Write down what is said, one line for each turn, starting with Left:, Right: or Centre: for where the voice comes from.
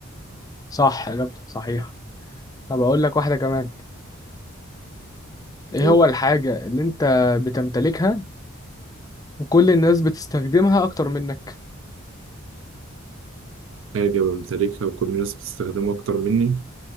Left: صح إجابتك صحيحة طب أقول لك واحدة كمان ايه
Right: الفحم
Left: هو الحاجة اللي انت بتمتلكها وكل الناس بتستخدمها أكتر منك؟
Right: حاجة بمتلكها وكل الناس بتستخدمها أكتر مني